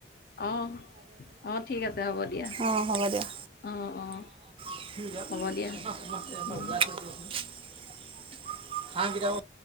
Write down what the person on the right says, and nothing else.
অঁ হ'ব দিয়া
<unintelligible>